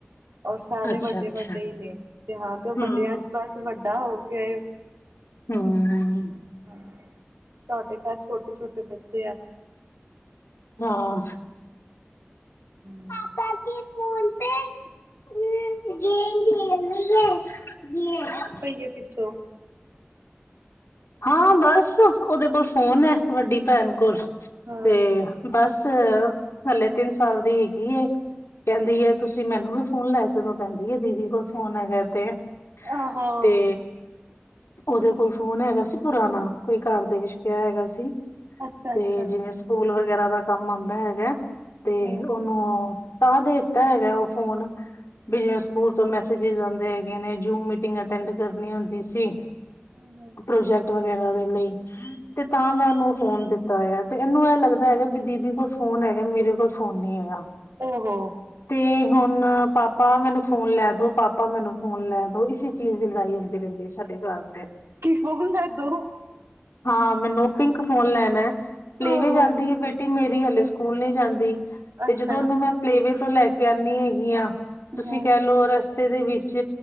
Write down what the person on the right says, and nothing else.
ਔਰ ਸਾਰੇ
ਵੱਡੇ ਵੱਡੇ ਹੀ ਨੇ ਤੇ ਹਾਂ ਤੇ
ਵੱਡਿਆਂ ਚ ਬਸ ਵੱਡਾ ਹੋ ਗਿਆ ਏ
ਹਾਂ ਤੁਹਾਡੇ ਘਰ ਛੋਟੇ-ਛੋਟੇ ਬੱਚੇ ਆ
ਹੂੰ।
ਕਿਆ ਪਿੱਛੋਂ
ਹਾਂ
ਆਹੋ
ਅੱਛਾ
ਅੱਛਾ
ਹਮ
ਹਮ
ਓ ਹੋੋ
ਕਿ ਫੋਨ ਲੈਦੋ।
ਆਹੋ
ਅੱਛਾ
ਹਮ